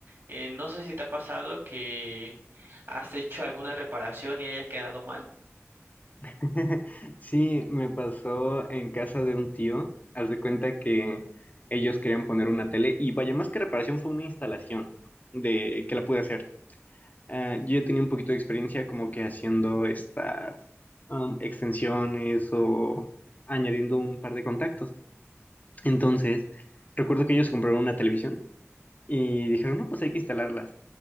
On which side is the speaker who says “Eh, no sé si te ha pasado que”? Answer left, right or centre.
Right